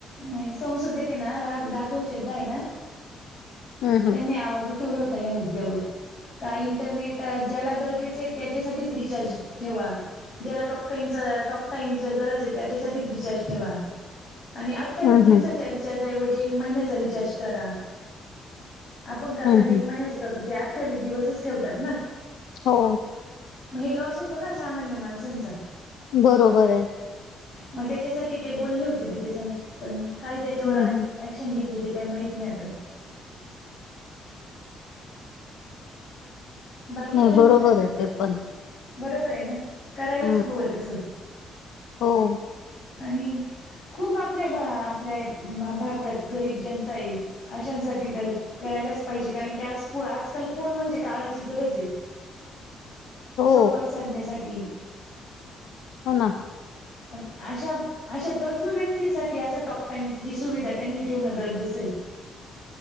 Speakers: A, on the left (about 40°); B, on the left (about 75°).
A: नाही संसद येत आहे ना रा राघव चड्डा आहे ना
B: हं, हं.
A: त्यांनी आवाज उठवला होता या मुद्द्यावर का इंटरनेट ज्याला गरजेचं आहे त्याच्यासाठीच रिचार्ज ठेवा ज्याला टॉक टाइमचा टॉक टाइम गरज आहे त्याच्यासाठीच रिचार्ज ठेवा आणि अठ्ठावीस
B: हं,
A: दिवसांच्या
B: हं.
A: रिचार्ज ऐवजी एक महिन्याचा रिचार्ज करा आपण करताना
B: हं,
A: एक
B: हं.
A: महिन्याच करतो ते अठ्ठावीस दिवसच ठेवतात ना
B: हो
A: मग हे लॉस होतो ना सामान्य माणसांचा
B: बरोबर आहे
A: मग त्याच्यासाठी ते बोलले होते तिथे पण काय त्याच्यावर
B: हं, हं.
A: ॲक्शन घेतली ते काय माहीत नाही आता बाकी
B: नाही
A: काय म्हणता
B: बरोबर आहे ते पण.
A: बरोबर आहे ना करायलाच
B: हं.
A: हवं तसं
B: हो
A: आणि खूप आपल्या आपल्या भारतात गरीब जनता आहे अशांसाठी तर करायलाच पाहिजे कारण की आज आजकाल- फोन म्हणजे काळाची गरज आहे
B: हो,
A: संवाद साधण्यासाठी
B: हो ना
A: पण अशा अशा गरजू व्यक्तींसाठी असा टॉक टाइमची सुविधा त्यांनी ठेवणं गरजेचं आहे